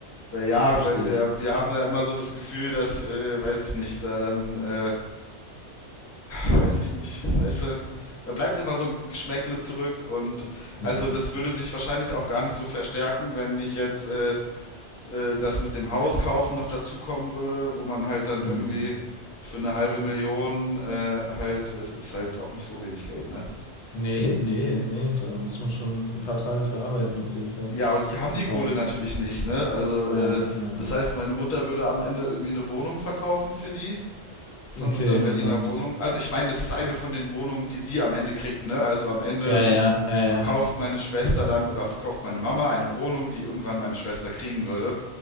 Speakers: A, on the left; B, on the left.
A: Weil ja,
B: Verstehe
A: weil wir,
B: ich.
A: wir haben da immer so das Gefühl, dass, äh, weiß ich nicht, da dann, äh, weiß ich nicht, weißt du? Da bleibt immer so ein Geschmäckle zurück und
B: Hm,
A: also das würde sich wahrscheinlich auch gar nicht so verstärken, wenn nicht jetzt äh, äh, das mit dem Haus kaufen noch dazukommen würde, wo man halt dann irgendwie
B: hm.
A: für eine halbe Million äh, halt, es ist halt auch nicht so wenig Geld, ne?
B: Nee, <laughs> nee, nee, da muss man schon ein paar Tage für arbeiten, auf jeden Fall.
A: Ja, und die haben die Kohle
B: Bei.
A: natürlich nicht, ne? Also, äh,
B: Ja, ja.
A: das heißt, meine Mutter würde am Ende irgendwie eine Wohnung verkaufen für die von
B: Okay,
A: unseren Berliner
B: und dann.
A: Wohnungen. Also ich meine, das ist eine von den Wohnungen, die sie am Ende kriegt, ne? Also am Ende
B: Ja, ja, ja,
A: verkauft
B: ja.
A: meine Schwester dann oder verkauft meine Mama eine Wohnung, die irgendwann meine Schwester kriegen würde.